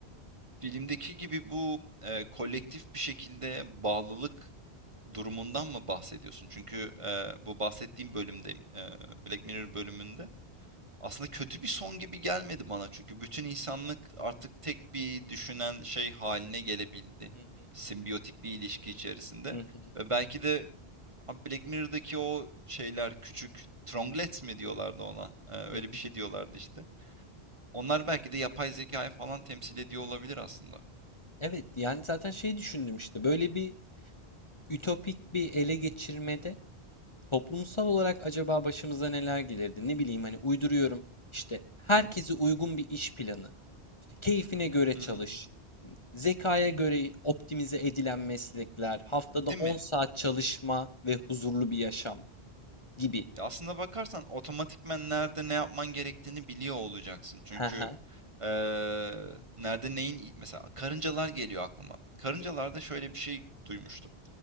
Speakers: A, on the right; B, on the left.
A: filmdeki gibi bu e, kolektif bir şekilde bağlılık durumundan mı bahsediyorsun? Çünkü e, bu bahsettiğim bölümde e, Black Mirror bölümünde aslında kötü bir son gibi gelmedi bana. Çünkü bütün insanlık artık tek bir düşünen şey haline gelebildi.
B: Hı hı,
A: Simbiyotik bir ilişki içerisinde.
B: hı hı,
A: Ve belki de Abi Black Mirror'daki o şeyler küçük tronglets mi diyorlardı ona? Ee, öyle
B: hı
A: bir
B: hı.
A: şey diyorlardı işte. Onlar belki de yapay zekayı falan temsil ediyor olabilir aslında.
B: Evet, yani zaten şey düşündüm işte böyle bir ütopik bir ele geçirmede toplumsal olarak acaba başımıza neler gelirdi? Ne bileyim hani uyduruyorum işte herkese uygun bir iş planı, işte keyfine göre
A: Hı
B: çalış,
A: hı.
B: zekaya göre optimize edilen meslekler, haftada
A: Değil
B: 10
A: mi?
B: saat çalışma ve huzurlu bir yaşam gibi.
A: Ya aslında bakarsan otomatikmen nerede ne yapman gerektiğini biliyor olacaksın. Çünkü
B: Hı hı.
A: eee, nerede neyin mesela karıncalar geliyor aklıma. Karıncalarda şöyle bir şey duymuştum.